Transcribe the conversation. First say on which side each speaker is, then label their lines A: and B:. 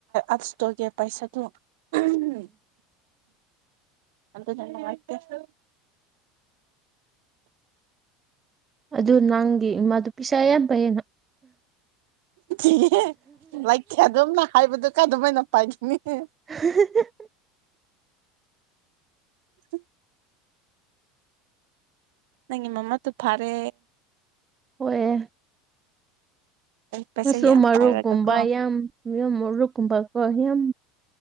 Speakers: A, on the right; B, on the right.
A: ꯑꯁꯇꯒꯦ ꯄꯩꯁꯥꯗꯨ ꯎꯝ ꯑꯗ ꯆꯇꯦ
B: ꯑꯗꯨ ꯅꯪꯒꯤ ꯏꯃꯥꯗꯨ ꯄꯩꯤꯁꯥ ꯑꯌꯥꯝꯕꯌꯦꯅ
A: ꯤ ꯂꯩꯇꯦ ꯑꯗꯨꯝꯅ ꯍꯥꯏꯕꯗꯨ ꯀ ꯑꯗꯨꯃꯥꯏꯅ ꯄꯥꯏꯅꯤꯡꯅꯤ
B: <unintelligible>
A: <unintelligible> ꯅꯪ ꯏꯃꯃ ꯇꯨ ꯐꯔꯦ
B: ꯍꯣꯏ
A: ꯄꯩꯁꯥ
B: ꯃꯆꯁꯨ
A: ꯌꯥꯝ
B: ꯃꯔꯨꯒꯨꯝꯕ
A: ꯄꯥꯏꯔꯒꯀꯣ
B: ꯌꯥꯝ ꯃꯨꯝ ꯃꯔꯨꯞꯀꯨꯝꯕꯀꯣ ꯌꯥꯝ